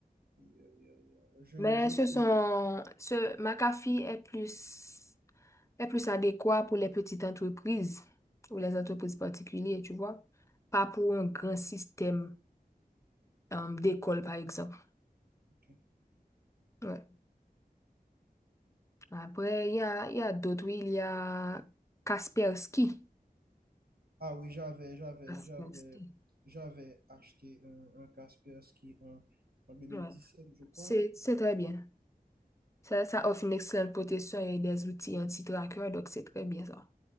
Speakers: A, on the right; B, on the left.
A: Il y a- il y a- il y a- Je,
B: Mais
A: je
B: ce
A: connais.
B: sont, ce McAfee est plus, est plus adéquat pour les petites entreprises ou les entreprises particulières, tu vois, pas pour un grand système, euh, d'école, par exemple.
A: Ok.
B: Ouais. Après, il y a, il y a d'autres, oui, il y a Kaspersky.
A: Ah oui, j'avais, j'avais,
B: Kaspersky.
A: j'avais, j'avais acheté un, un Kaspersky en, en deux mille
B: Ouais.
A: dix sept je crois.
B: C'est, c'est très bien. Ça, ça offre une excellente protection et des outils anti-traqueurs, donc c'est très bien ça.